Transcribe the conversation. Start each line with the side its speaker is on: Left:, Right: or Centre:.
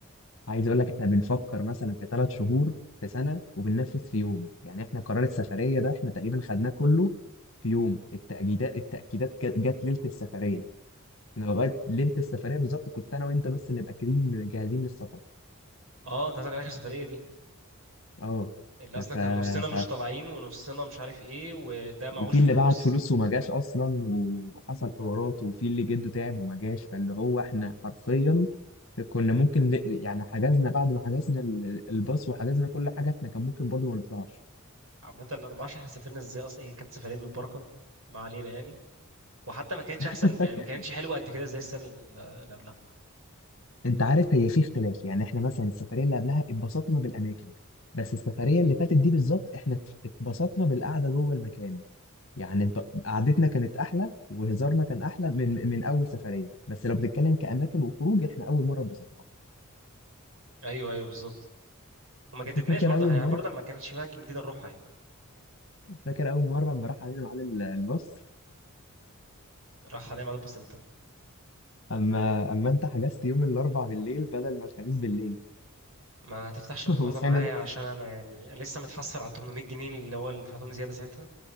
Left: عايز اقول لك احنا بنفكر مثلا في ثلاث شهور في سنه وبننفذ في يوم يعني احنا قرار السفريه ده احنا تقريبا خدناه كله في يوم التاكيدات التاكيدات جت جت ليله السفريه انا لغايه ليله السفريه بالظبط كنت انا وانت بس اللي مأكدين جاهزين للسفر
Right: اه انت قصدك على اخر سفرية دي
Left: اه
Right: اللي
Left: ف...
Right: اصلا
Left: ف...
Right: كان نصنا مش
Left: ف...
Right: طالعين ونصنا مش عارف ايه وده معهوش
Left: وفي
Right: فلوس
Left: اللي بعت فلوس وما جاش اصلا وحصل حوارات وفي اللي جده تعب وما جاش فاللي هو احنا حرفيا كنا ممكن ل... يعني حجزنا بعد ما حجزنا ال- الباص وحجزنا كل حاجه احنا كان ممكن برضو ما نطلعش
Right: عامه انا ما اعرفش احنا سافرنا ازاي اصلا هي كانت سفريه بالبركه ما علينا يعني وحتى ما كانتش
Left: <laughs>
Right: احسن يعني ما كانتش حلوه قد كده زي السنه ال- اللي قبلها
Left: انت عارف هي في اختلاف يعني احنا مثلا السفريه اللي قبلها اتبسطنا بالاماكن بس السفريه اللي فاتت دي بالظبط احنا ات- اتبسطنا بالقعده جوه المكان يعني اتب- قعدتنا كانت احلى وهزارنا كان احلى من من اول سفريه بس لو بنتكلم كاماكن وخروج احنا اول مره اتبسطنا
Right: ايوه ايوه بالظبط وما جددناش
Left: <laughs> فاكر
Right: برضه
Left: اول
Right: احنا
Left: مره
Right: يعني برضه ما كانش في اماكن جديده نروحها يعني
Left: فاكر اول مره لما راح علينا ميعاد ال- الباص
Right: راح حدائق معدل بسيطه
Left: اما اما انت حجزت يوم الاربع بالليل بدل ما الخميس بالليل
Right: ما تفتحش الموضوع
Left: <laughs> وصحينا
Right: ده معايا عشان انا يعني انا لسه متحسر على 800 جنيه اللي هو اللي دفعتهم زياده ساعتها